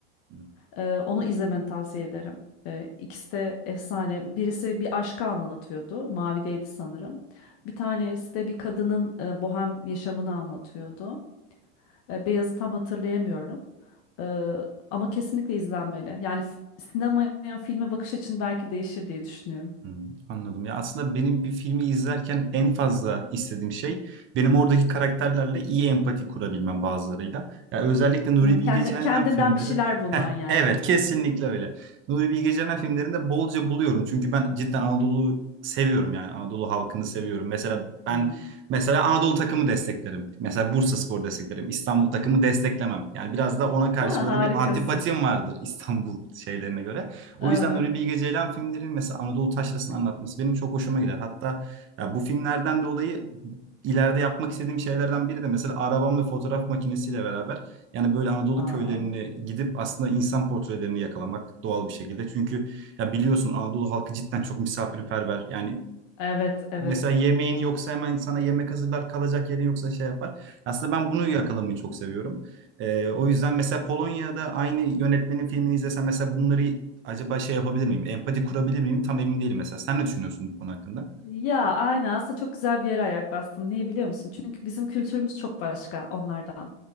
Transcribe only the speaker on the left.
Ee, onu izlemeni tavsiye ederim. Ee, ikisi de efsane. Birisi bir aşkı anlatıyordu. Mavideydi sanırım. Bir tanesi de bir kadının e, bohem yaşamını anlatıyordu. Ee, beyazı tam hatırlayamıyorum. Ee, ama kesinlikle izlenmeli. Yani f- sinemaya, filme bakış açın belki değişir diye düşünüyorum.
Hı, kendi,
kendinden
bir şeyler bulman
yani.
Hı.
Ha,
harikasın.
Evet.
Aa,
evet, evet.
Ya aynen aslında çok güzel bir yere ayak bastın. Niye biliyor musun? Çünkü bizim kültürümüz çok başka onlardan.